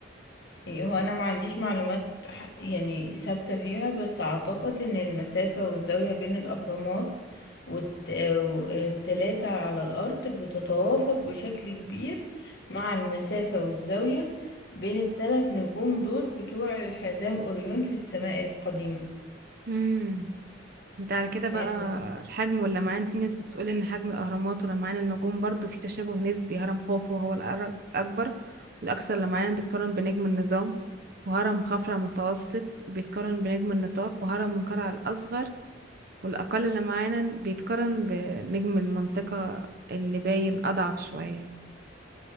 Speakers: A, on the left (about 55°); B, on the right (about 50°).
A: يعني هو انا ما عنديش معلومات ح- يعني ثابتة فيها بس اعتقد ان المسافة والزاوية بين الاهرامات والتلاتة على الارض بتتوافق بشكل كبير مع المسافة والزاوية بين التلات نجوم دول بتوع حزام اوريون في السماء القديمة
B: امم ده على كده
A: يعني
B: بقى الحجم واللمعان في ناس بتقول ان حجم الاهرامات ولمعان النجوم برضو في تشابه نسبي هرم خوفو هو الأر- الاكبر والاكثر لمعان بيتقارن بنجم النظام وهرم خفرع متوسط بيتقارن بنجم النطاق وهرم منقرع الاصغر والاقل لمعانا بيتقارن بنجم المنطقة اللي باين اضعف شوية